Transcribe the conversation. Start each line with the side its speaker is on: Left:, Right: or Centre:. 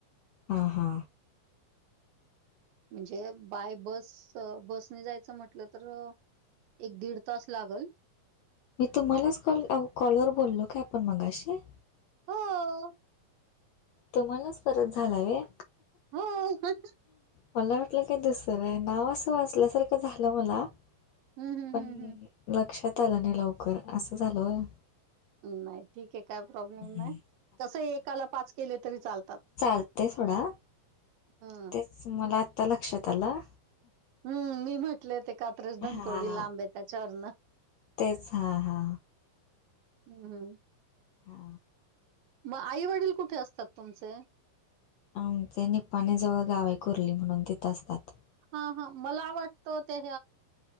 Left: हा हा
Right: म्हणजे बाय बस बसने जायचं म्हटलं तर एक दीड तास लागल.
Left: मी तुम्हालाच कॉल कॉलवर बोललो काय आपण मगाशी.
Right: हो....
Left: तुम्हालाच परत झाला होय
Right: हो....
Left: मला वाटलं काय दुसऱ्यांना असल्यासारखं झालं मला
Right: हम्म हम्म
Left: पण
Right: हम्म
Left: लक्षात आलं नाही लवकर असं झालं होय.
Right: नाही ठीक आहे काय प्रॉब्लेम
Left: हम्म.
Right: नाय तस ऐकला पाच केले तरी चालतात.
Left: चालते सोडा
Right: हम
Left: तेच मला आत्ता लक्षात आलं
Right: हम मी म्हटले ते कात्रज धनकवडी
Left: हां
Right: लांब त्याच्यावरनं
Left: तेच हा हा
Right: हम...
Left: हा....
Right: वा आई वडील कुठे असतात तुमचे
Left: आमचे निपपाणी जवळ गावआहे कुर्ली म्हणून तिथं असतात.
Right: हा हा मला वाटतं ते